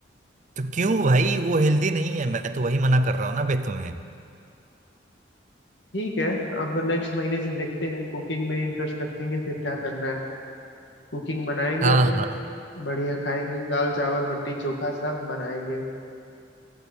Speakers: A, on the right; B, on the left.
A: तो क्यों भाई वो हेल्दी नहीं है मैं तो वही मना कर रहा हूँ ना बे तुम्हें
B: ठीक है अब नेक्स्ट महीने से देखते हैं कुकिंग में इंटरेस्ट रखेंगे फिर क्या करना है कुकिंग बनाएंगे
A: हाँ
B: अपना
A: हाँ
B: बढ़िया खाएंगे दाल चावल बट्टी चोखा सब बनाएंगे